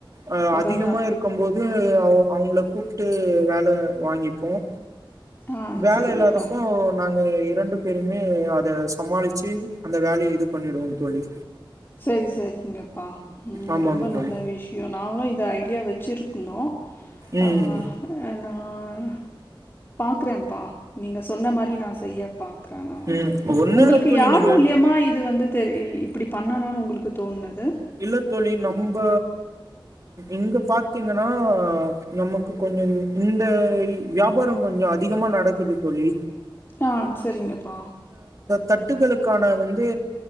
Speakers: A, on the right (about 40°); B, on the left (about 25°).
A: அஹ்
B: அதா
A: அதிகமா
B: அதா
A: இருக்கும் போது அவ அவங்கள கூப்பிட்டு வேல வாங்கிப்போம்
B: ஆ
A: வேல
B: சரிங்கப்பா
A: இல்லாதப்போ நாங்க எப் ரெண்டு பேருமே அத சமாளிச்சு அந்த வேலய இது பண்ணிடுவோம் தோழி
B: செரி செரிங்கப்பா ம்
A: ஆமாங்க
B: ரொம்ப
A: தோழி
B: நல்ல விஷயம் நாங்களும் இத ஐடியா வச்சுருந்தோம்
A: ம்
B: ஆஹ் நான் பாக்குறேன்ப்பா நீங்க சொன்ன மாரி செய்ய பாக்குர நான் வந்து
A: ம் ஒண்ணு
B: உங்களுக்கு
A: இல்ல தோழி
B: யார்
A: நீங்க
B: மூல்யமா இது வந்து தெரி இப்படி பண்ணனுன்னு உங்களுக்கு தோன்னது
A: இல்ல தோழி நம்ப இங்க பாத்தீங்கன்னா நமக்கு கொஞ்சம் இந்த வியாபாரம் கொஞ்சம் அதிகமா நடக்குது தோழி
B: ஆஹ் சரிங்கப்பா
A: தட்டுக்களுக்கான வந்து